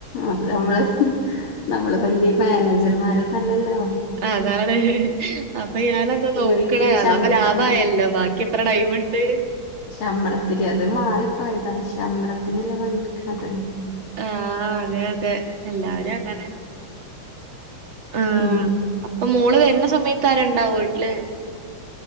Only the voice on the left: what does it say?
അത് നമ്മള് നമ്മള് വലിയ മാനേജർമാരന്നല്ലല്ലോ
കൂലിക്ക്
ശമ്പളത്തിനല്ലേ
ശമ്പളത്തിന്റെ അത് മാറിപ്പോയതാ ശമ്പളത്തിനല്ലേ പണിഎടുക്ക്ണത്
പിന്നെ